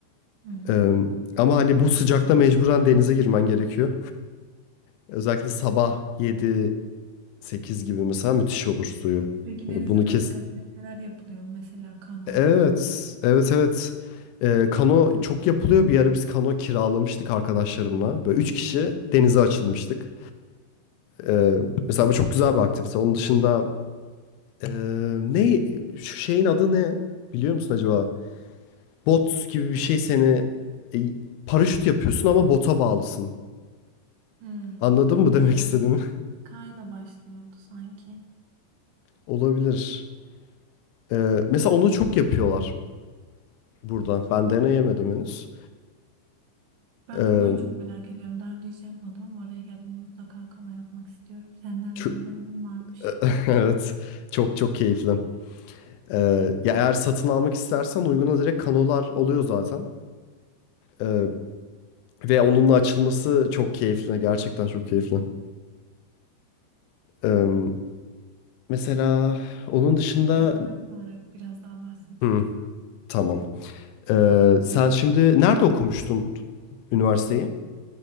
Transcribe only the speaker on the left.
Ee, ama hani bu sıcakta mecburen denize girmen gerekiyor. Özellikle sabah yedi sekiz gibi mesela müthiş olur suyu.
Bunu
kes...
Evet,
evet, evet. Ee, kano çok yapılıyor. Bir ara biz kano kiralamıştık arkadaşlarımla. Böyle üç kişi
denize açılmıştık. Ee, mesela bu çok güzel bir aktivite. Onun dışında Ee, ne şu şeyin adı ne? Biliyor musun acaba? Bot gibi bir şey seni e, paraşüt yapıyorsun ama bota bağlısın.
Anladın
mı demek istediğimi?
<laughs> Olabilir. Ee, mesela onu çok yapıyorlar burada. Ben deneyemedim henüz.
Ee,
ço-
<laughs> evet. Çok çok keyifli. Ee, ya eğer satın almak istersen uyguna direkt kanolar oluyor zaten. Ee, ve onunla açılması çok keyifli. Gerçekten çok keyifli. Ee, mesela onun dışında...
Hı, tamam. Ee, sen şimdi nerede okumuştun üniversiteyi?